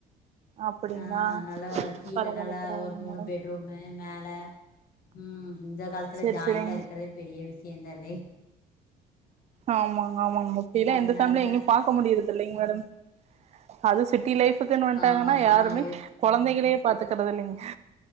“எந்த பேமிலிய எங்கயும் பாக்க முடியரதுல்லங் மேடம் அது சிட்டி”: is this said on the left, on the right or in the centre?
Right